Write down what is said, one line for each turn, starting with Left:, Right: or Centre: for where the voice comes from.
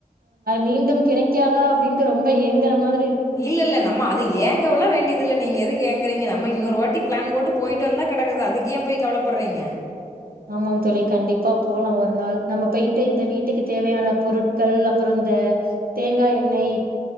Right: மீண்டும் கிடைக்காதா அப்டின்ட்டு ரொம்ப ஏங்குற மாரி
Left: இல்லல்ல நம்ம அது ஏங்கவ்லா வேண்டியது இல்ல நீங்க எதுக்கு ஏங்குறீங்க நம் நம்ம இன்னொரு வாட்டி ப்ளான் போட்டு போய்ட்டு வந்தா கெடக்குது அதுக்கு ஏ போய் கவலப்பட்றீங்க
Right: ஆமாங் தோழி கண்டிப்பா போலா ஒரு நாள் நம்ம போய்ட்டு இந்த வீட்டுக்கு தேவையான பொருட்கள் அப்றோ இந்த தேங்காய் எண்ணெய்